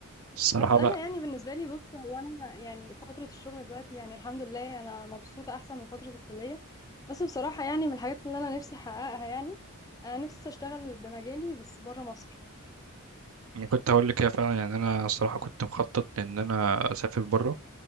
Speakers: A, on the right; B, on the left.
A: الصراحه
B: بس انا
A: بقى
B: يعني بالنسبة لي بص هو انا يعني فترة الشغل دلوقتي يعني الحمد لله انا مبسوطة احسن من فترة الكلية بس بصراحة يعني من الحاجات اللي انا نفسي احققها يعني انا نفسي اشتغل بمجالي بس بره مصر
A: انا كنت هقول لك كده فعلا يعني انا الصراحه كنت مخطط ان انا اسافر بره